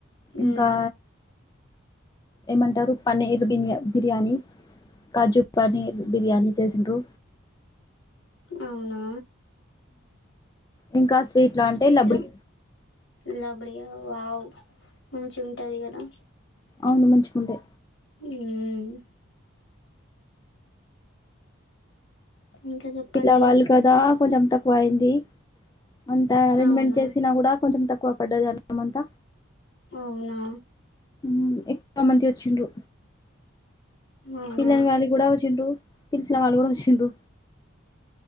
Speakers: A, on the left (about 20°); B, on the left (about 60°).
A: ఇంకా
B: మ్మ్
A: ఏమంటారు పనీర్ ఇంగ బిర్యానీ, కాజు పనీర్ బిర్యానీ చేసిండ్రు.
B: అవునా?
A: ఇంకా స్వీట్లో అంటే
B: స్వీట్
A: లబ్బడి
B: లో లబ్డియా వో వావ్ మంచిగంటది కదా.
A: అవును మంచిగుండె.
B: ఉమ్ ఇంక చెప్పండి.
A: పిల్లవాళ్ళు కదా కొంచెం తక్కువ అయింది అంత అరేంజ్మెంట్
B: అవునా
A: చేసినా కూడా కొంచెం తక్కువ వ పడ్డాది అన్నమంత
B: అవునా
A: మ్ ఎక్కువ మంది వచ్చిండ్రు
B: అవునా
A: పిలువని వాళ్ళు కూడా వచ్చిండ్రు పిలిచిన వాళ్ళు కూడా వచ్చిండ్రు